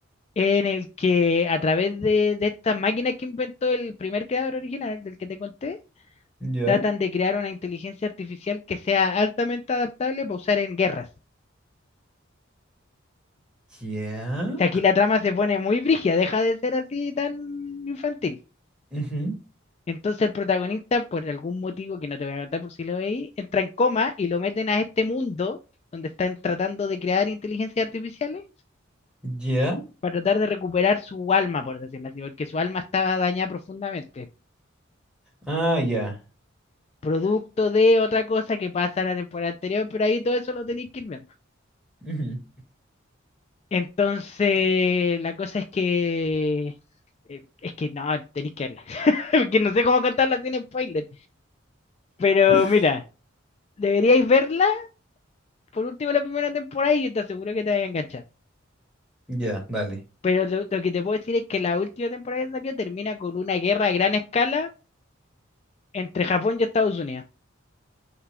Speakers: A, on the left; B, in the centre.
A: en el que a través de, de estas máquinas que inventó el primer creador original, del que te conté,
B: Ya.
A: tratan de crear una inteligencia artificial que sea altamente adaptable para usar en guerras.
B: Ya.
A: O sea, aquí la trama se pone muy brígida, deja de ser así tan infantil.
B: Ujú.
A: Entonces el protagonista, por algún motivo que no te voy a contar por si lo veis, entra en coma y lo meten a este mundo donde están tratando de crear inteligencias artificiales
B: Ya.
A: para tratar de recuperar su alma, por decirlo así, porque su alma estaba dañada profundamente,
B: Ah, ya.
A: producto de otra cosa que pasa en la temporada anterior, pero ahí todo eso lo tenéis que ir viendo.
B: Ujú.
A: Entonces, la cosa es que... eh, Es que no, tenéis que verla, <laughs> porque no sé cómo contarla sin spoiler, pero
B: <laughs>
A: mira, deberíais verla por último la primera temporada y yo te aseguro que te vas a enganchar.
B: Ya, dale.
A: Pero lo, lo que te puedo decir es que la última temporada que salió termina con una guerra a gran escala entre Japón y Estados Unidos.